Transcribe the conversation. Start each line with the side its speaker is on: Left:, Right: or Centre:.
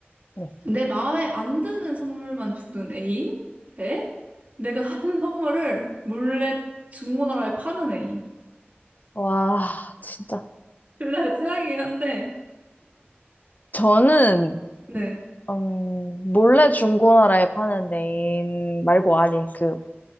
Left: 네.
Right: 내 마음에 안 드는 선물만 주는 애인? 대 내가 <laughs> 하는 선물을 몰래 중고나라에 파는 애인.
Left: 와, 진짜.
Right: 둘 다 최악이긴 한데,
Left: 저는
Right: 네.
Left: 음, 몰래 중고나라에 파는 애인 말고 아니 그